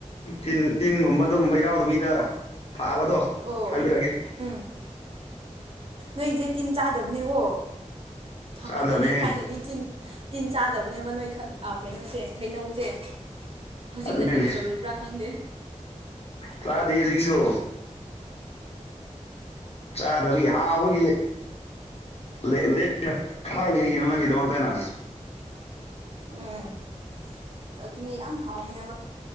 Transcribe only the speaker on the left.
ꯆꯤꯟ ꯇꯤꯟꯒꯨꯝꯕ ꯑꯗꯨꯒꯨꯝꯕ ꯌꯥꯎꯗꯕꯤꯗ ꯐꯥꯕꯗꯣ
ꯈꯪꯉꯦ ꯈꯪꯉꯦ
ꯆꯥꯗꯕꯅꯦꯍꯦ
ꯑꯗꯨꯅꯤꯅꯦ
ꯆꯥꯗꯦ ꯍꯧꯖꯤꯛꯁꯨ ꯆꯥꯗꯕꯒꯤ ꯍꯥꯎꯕꯒꯤ ꯂꯩꯋꯦ ꯂꯦꯡꯅ ꯊꯔꯥꯛꯂꯤꯔꯤ ꯀꯩꯅꯣ ꯅꯪꯒꯤꯗꯃꯛꯇꯅ